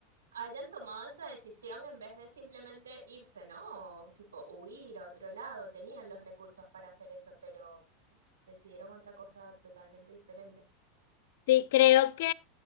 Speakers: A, on the right; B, on the left.
A: hayan tomado esa decisión en vez de simplemente irse, ¿no? O tipo huir a otro lado, tenían los recursos para hacer eso, pero decidieron otra cosa totalmente diferente.
B: Sí, creo que